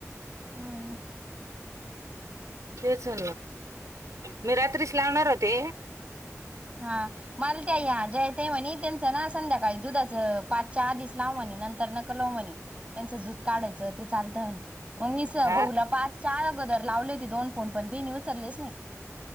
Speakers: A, on the right (about 25°); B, on the right (about 80°).
A: हम्
B: तेच हो मी रात्रीस लावणार होते.
A: हा मालत्या ह्या जयत म्हणे त्यांचं ना संध्याकाळी दुधाचं पाच चार दिस लाव म्हणे. नंतर नका लव म्हणे त्यांचं दूध काढायचं ते चालतंणे. मग मीच
B: हा
A: बघूला पाच चार अगोदर लावले होते दोन फोन पण ते निचललेच नाही.